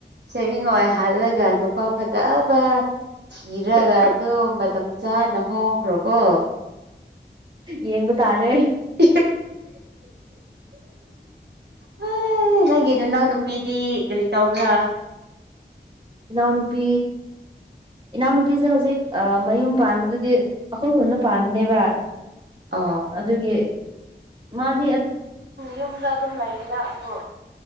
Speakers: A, on the right; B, on the right.
A: ꯁꯦꯚꯤꯡ ꯑꯣꯏ ꯍꯥꯜꯂꯒ ꯅꯨꯄꯥ ꯐꯖꯕ ꯊꯤꯔꯒ ꯑꯗꯨ ꯃꯇꯝ ꯆꯥꯅ ꯍꯣꯡꯈ꯭ꯔꯣꯀꯣ
B: ꯌꯦꯡꯕꯨ ꯇꯥꯔꯦ
A: <inaudible> ꯍ ꯅꯪꯒꯤꯗ ꯅꯪ ꯅꯨꯄꯤꯗꯤ ꯀꯔꯤ ꯇꯧꯕ꯭ꯔꯥ
B: ꯅꯥꯎ ꯅꯨꯄꯤ ꯏꯅꯥꯎꯅꯨꯄꯤꯁꯦ ꯍꯧꯖꯤꯛ ꯃꯌꯨꯝ ꯄꯥꯟꯕꯗꯨꯗꯤ ꯑꯩꯈꯣꯏ ꯈꯨꯅ ꯄꯥꯝꯃꯤꯅꯦꯕ
A: ꯑꯣ
B: ꯑꯗꯨꯒꯤ ꯃꯥꯗꯤ
A: ꯌꯨꯝꯗ ꯑꯗꯨꯝ ꯂꯩꯌꯦꯗ ꯑꯗꯨꯕꯨ